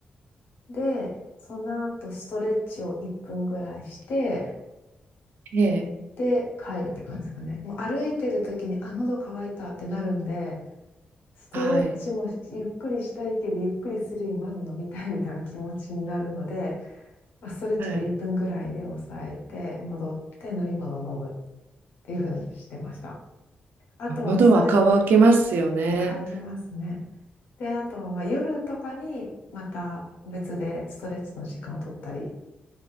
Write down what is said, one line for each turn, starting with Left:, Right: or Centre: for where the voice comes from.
Left: で、その後ストレッチを1分ぐらいして、
Right: ええ。
Left: で、帰るって感じですかね。もう歩いてる時に、あ、喉乾いたってなるんで、ストレッチもゆっくりしたいけど、
Right: はい。
Left: ゆっくりするよりまず飲みたいみたいな気持ちになるので、まあ、ストレッチも1分ぐらいで抑えて、
Right: はい。
Left: 戻って飲み物を飲むっていうふうにしてました。あとはストレッチ
Right: 喉は渇きますよね。
Left: 乾きますね。で、あとはまあ夜とかにまた別でストレッチの時間を取ったり